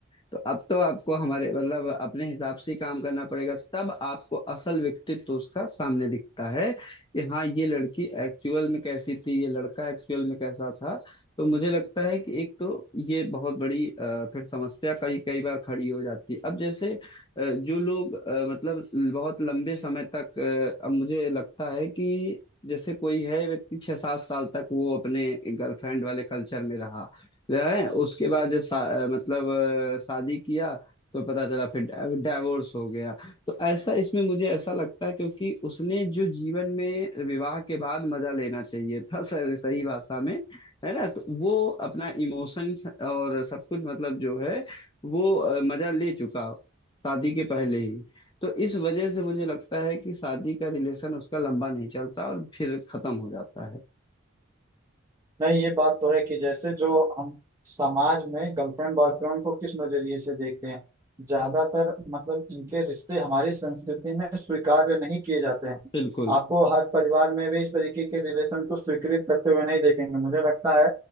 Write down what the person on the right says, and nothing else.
नहीं ये बात तो है कि जैसे जो हम समाज में गर्लफ्रेंड बॉयफ्रेंड को किस नजरिए से देखते हैं ज्यादातर मतलब इनके रिश्ते हमारी संस्कृति में स्वीकार्य नहीं किए जाते हैं
आपको हर परिवार में भी इस तरीके के रिलेशन को स्वीकृत करते हुए नहीं देखेंगे मुझे लगता है